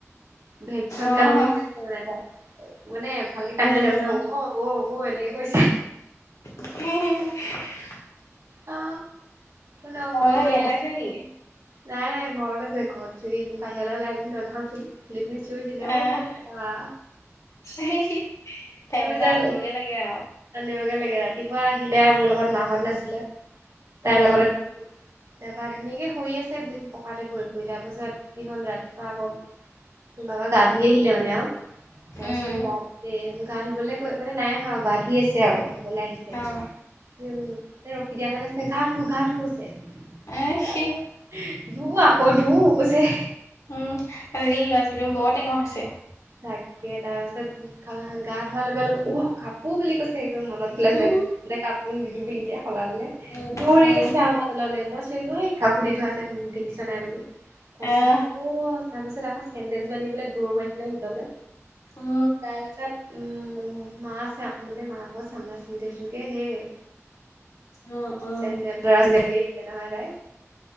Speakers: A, on the right (about 75°); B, on the left (about 80°).
A: ভেকচন
B: অ
A: কান্দন
B: অ
A: দি আছে মানে তাই মানে ভালকে কান্দিলে
B: উম
A: তাৰ পিছত উঔ উঔ এনেকে কৰিছে
B: <unintelligible>
A: অ নকবি
B: তাৰমানে ইয়াতে
A: আউ
B: আছে নেকি
A: নাই নাই ঘৰত আছে ঘৰত চিঞৰি আছে বাহিৰলে ওলাই পিনি দৰ্জা খন খুল খুলি খুলি চিঞৰিছিলে অ
B: আহ
A: বৰ্ততা
B: <unintelligible> তাই মানে
A: জানো
B: আনিবগে লাগে আৰু
A: আনিবগে লাগে ৰাতিপুৱা আহিলে মোৰ লগত লগত মাহত নাছিলে তাইৰ
B: উম
A: লগতে তাপা ধুনীয়াকে শুই আছে পকাতে পৰি পৰি তাৰ পাছত কি হ'ল ৰাতিপুৱা আক বাবা গা ধুই আহিলে মানে আউ তাৰপিছত
B: উম
A: গাতে গা ধুবলে কৈ মানে নাই আহি আৰু গা ধুই আছে আউ ধুবলে আহিছ উম
B: অ
A: তে ৰখি দিয়া কাৰণে কৈছে গা ধু গা ধু কৈছে
B: এ
A: তা
B: সি
A: পা ধু আকৌ ধু কৈছে
B: উম, আজিকালি ল'ৰা -ছোৱালী বৰ টেঙৰ হৈছে।
A: তাকে তাৰপিছত গা গা ধোৱাৰ লগে লগে উহ কাপোৰ বুলি কৈছে একদম মনত। সলাইছে।
B: উম
A: এতিয়া কাপোন দিলো বুলি হে সলাবলে,
B: উম
A: দৌৰি
B: উম
A: গৈছে। ল'লে। মই চিঞৰিলো কাপোৰ দি থোৱা আছে শুনি দেখিছা নাই বুলি। তাৰপিছত-
B: আহ
A: অহ, তাৰপিছত আকৌ চেন্দেল যোৰ আনিবলে দৌৰ মাৰিছিলে ভিতৰলে।
B: উম
A: তাৰপিছত- উম, মা চা মানে মাকৰ চাম্ৰাৰ চেন্দেলটোকেই সেই-
B: উম উম
A: চেণ্ডেল চিনাকি হৈছে নহয় তাইৰ।